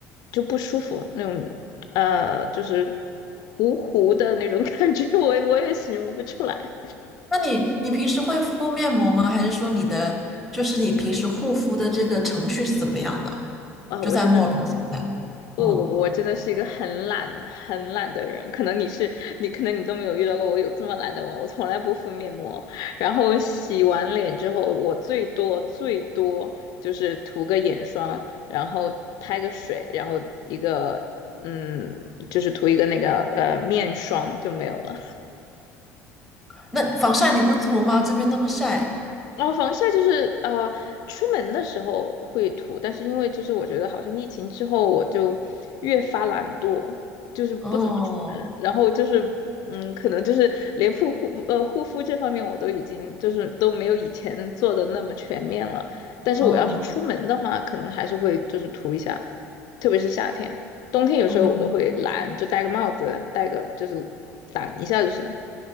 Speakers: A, on the left; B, in the centre.
A: 就不舒服那种，呃，就是糊糊的那种感觉，我也我也形容不出来。
B: 那你你平时会敷面膜吗？还是说你的就是你平时护肤的这个程序是怎么样的？
A: 啊，
B: 就在墨尔本现在，
A: 我真的不，
B: 嗯，
A: 我真的是一个很懒、很懒的人。可能你是你，可能你都没有遇到过我有这么懒的我。我从来不敷面膜，然后洗完脸之后，我最多最多就是涂个眼霜，然后拍个水，然后一个嗯，就是涂一个那个呃面霜就没有了。
B: 那防晒你不涂吗？这边那么晒，
A: 然后防晒就是呃，出门的时候会涂，但是因为就是我觉得好像疫情之后我就越发懒惰，就是不怎么出门，
B: 哦，
A: 然后就是嗯，可能就是连护护呃护肤这方面我都已经就是都没有以前做的那么全面了，但是我要是出门的话，
B: 哦，
A: 可能还是会就是涂一下，特别是夏天，冬天有时候我都会懒，
B: 我明
A: 就戴个帽子，戴个就是挡一下就是。